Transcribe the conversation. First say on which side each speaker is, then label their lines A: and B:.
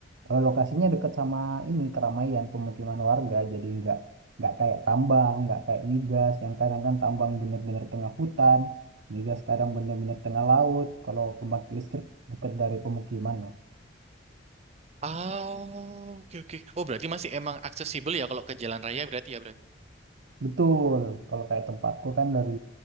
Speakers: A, on the right; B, on the right.
A: Eh, Lokasinya dekat sama ini keramaian pemukiman warga, jadi nggak nggak kayak tambang, nggak kayak migas yang kadang kan tambang bener-bener tengah hutan, migas kadang bener-bener tengah laut. Kalau pembangkit listrik dekat dari pemukiman lah.
B: Oh, oke, oke. Oh, berarti masih emang aksesibel ya kalau ke jalan raya berarti ya berarti.
A: Betul, kalau kayak tempatku kan dari